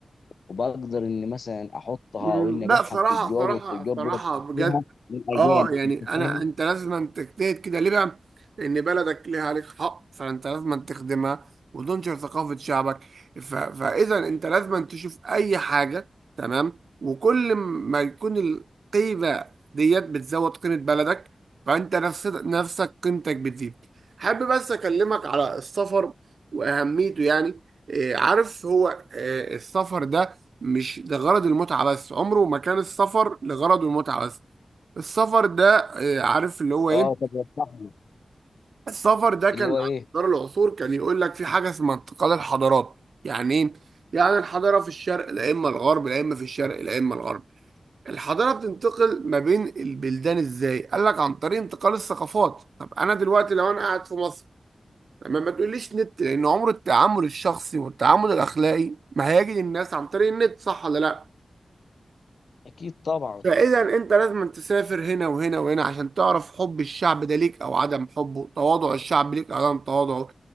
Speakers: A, on the left (about 85°); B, on the right (about 85°).
A: وبقدر ان مثلا احطها
B: مم،
A: وان ابيعها
B: لا صراحة
A: للتجار
B: صراحة
A: والتجار دول
B: صراحة
A: بيشتروها
B: بجد
A: للاجانب
B: اه يعني
A: انت
B: انا
A: فاهم
B: انت لازم أن تجتهد كده ليه بقى؟ لان بلدك ليها عليك حق فانت لازم أن تخدمها وتنشر ثقافة شعبك ف... فاذا انت لازم أن تشوف اي حاجة تمام وكل ما يكون القيمة ديت بتزود قيمة بلدك فانت نفس نفسك قيمتك بتزيد حابب بس اكلمك على السفر واهميته يعني إيه، عارف هو إيه، السفر ده مش لغرض المتعة بس عمره ما كان السفر لغرض المتعة بس السفر ده آه، عارف اللي هو ايه
A: اه طب يا صاحبي
B: السفر ده كان
A: اللي هو
B: على
A: ايه
B: مدار العصور كان يقول لك في حاجة اسمها انتقال الحضارات يعني ايه يعني الحضارة في الشرق لا اما الغرب لا اما في الشرق لا اما الغرب الحضارة بتنتقل ما بين البلدان ازاي قال لك عن طريق انتقال الثقافات طب انا دلوقتي لو انا قاعد في مصر لما ما تقوليش نت لان عمر التعامل الشخصي والتعامل الاخلاقي ما هيجي للناس عن طريق النت صح ولا لا
A: اكيد طبعا
B: فاذا انت لازم تسافر هنا وهنا وهنا عشان تعرف حب الشعب ده ليك او عدم حبه تواضع الشعب ليك او عدم تواضعه